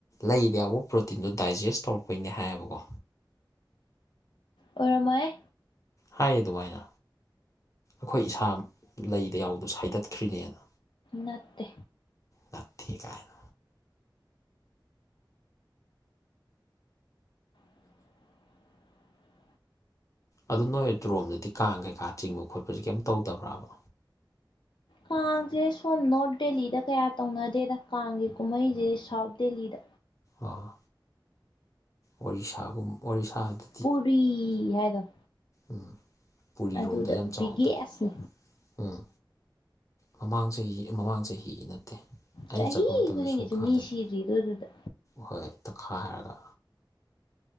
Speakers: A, on the left; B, on the left.
A: ꯂꯩꯗ ꯌꯥꯎꯕ ꯄ꯭ꯔꯣꯇꯤꯟꯗꯣ ꯗꯥꯏꯖꯦꯁ ꯇꯧꯔꯛꯄꯩꯅꯦ ꯍꯥꯏꯌꯦꯕꯀꯣ
B: ꯑꯣꯏꯔꯝꯃꯣꯏꯍꯦ
A: ꯍꯥꯏꯌꯦ ꯑꯗꯨꯃꯥꯏꯅ ꯑꯈꯣꯏ ꯏꯁꯥ ꯂꯩꯗ ꯌꯥꯎꯕꯗꯣ ꯁꯥꯏꯗꯠꯈ꯭ꯔꯤꯅꯦꯅ
B: ꯅꯠꯇꯦ
A: ꯅꯠꯊꯦ ꯀꯥꯏꯅ
B: <inaudible>
A: ꯑꯗꯨ ꯅꯣꯏ ꯑꯗꯨꯔꯣꯝꯗꯗꯤ ꯀꯥꯡ ꯀꯩꯀꯥ ꯆꯤꯡꯕ ꯈꯣꯠꯄꯁꯤ ꯀꯩꯝ ꯇꯧꯗꯕ꯭ꯔꯥꯕ
B: ꯀꯥꯡꯁꯦ ꯁꯣꯝ ꯅꯣꯔꯠ ꯗꯦꯜꯂꯤꯗ ꯀꯌꯥ ꯇꯧꯅꯗꯦꯗ ꯀꯥꯡꯒꯤ ꯀꯨꯝꯍꯩꯁꯤꯗꯤ ꯁꯥꯎꯠ ꯗꯦꯜꯂꯤꯗ
A: ꯑꯥ ꯑꯣꯔꯤꯁꯥꯒꯨꯝ ꯑꯣꯔꯤꯁꯥꯗ
B: ꯄꯨꯔꯤ ꯍꯥꯏꯗꯣ
A: ꯎꯝ ꯄꯨꯔꯤꯔꯣꯝꯗ
B: ꯑꯗꯨꯗ
A: ꯌꯥꯝ ꯆꯥꯎꯅ
B: ꯕꯤꯒꯦꯁꯅꯤ
A: ꯇꯧꯋꯦ ꯎꯝ ꯃꯃꯥꯡ ꯆꯍꯤ ꯑꯦ ꯃꯃꯥꯡ ꯆꯍꯤ ꯅꯠꯇꯦ ꯑꯩꯅ
B: ꯆꯍꯤ
A: ꯆꯠꯄ ꯃꯇꯝꯗ
B: ꯈꯨꯗꯤꯡꯒꯤꯁꯨ
A: ꯁꯨꯝ ꯀꯥꯟꯗꯅꯤ
B: ꯃꯤ ꯁꯤꯔꯤꯕ ꯗꯨꯗꯥ
A: ꯍꯣꯏ ꯇꯛꯈꯥꯏꯔꯒ